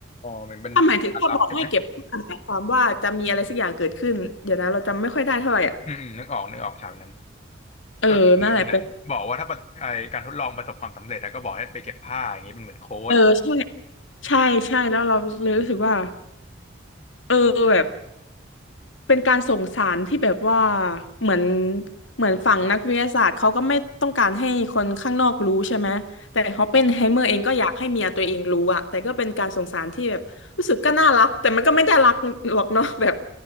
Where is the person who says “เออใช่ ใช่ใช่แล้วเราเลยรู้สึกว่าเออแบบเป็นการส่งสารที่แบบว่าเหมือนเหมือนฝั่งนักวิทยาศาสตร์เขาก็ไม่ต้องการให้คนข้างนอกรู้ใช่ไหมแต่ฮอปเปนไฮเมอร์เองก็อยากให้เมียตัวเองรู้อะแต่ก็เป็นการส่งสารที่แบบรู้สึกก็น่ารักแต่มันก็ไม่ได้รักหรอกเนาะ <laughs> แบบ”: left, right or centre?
Left